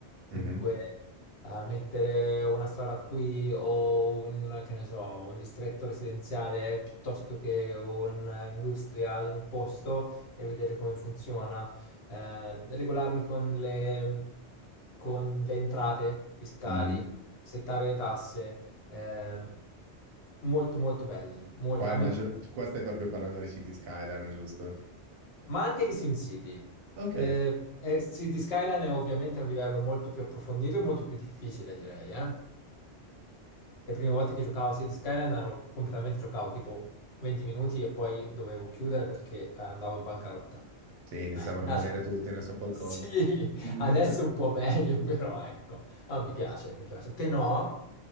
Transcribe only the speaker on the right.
mhm,
mhm.
Qua,
immagino-
qua stai proprio parlando di City Skyline, giusto?
Ok.
Sì, iniziavano
a morire tutti, ne so qualcosa.
<laughs>